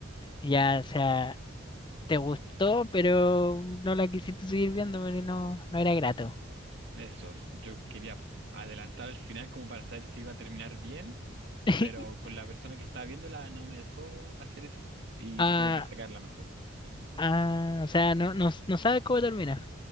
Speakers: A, on the left; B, on the right.
A: ya, o sea, te gustó, pero no la quisiste seguir viendo porque no, no era grato.
B: Eso, yo quería adelantar al final como para saber si iba a terminar bien,
A: <laughs>
B: pero con la persona que estaba viéndola no me dejó hacer eso y
A: Ah,
B: tuve que sacarla mejor.
A: ah, o sea, no, no, no sabes cómo termina.